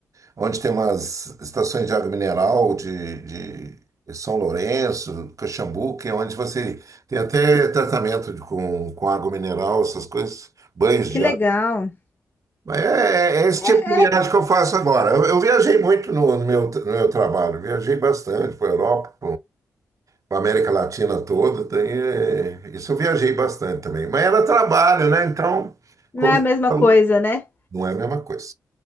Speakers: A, on the right; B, on the left.
A: onde tem umas estações de água mineral de, de São Lourenço, Caxambu, que é onde você tem até tratamento de- com, com água mineral, essas coisas, banhos
B: Que
A: de
B: legal.
A: água. Mas é, é é esse
B: É,
A: tipo de viagem
B: é,
A: que eu faço agora. Eu, eu viajei muito no, no meu, no meu trabalho, viajei bastante para a Europa, para a América Latina toda. Tem, é, isso eu viajei bastante também. Mas era trabalho, né? Então,
B: Não
A: como
B: é a
A: você
B: mesma
A: falou,
B: coisa, né?
A: não é a mesma coisa.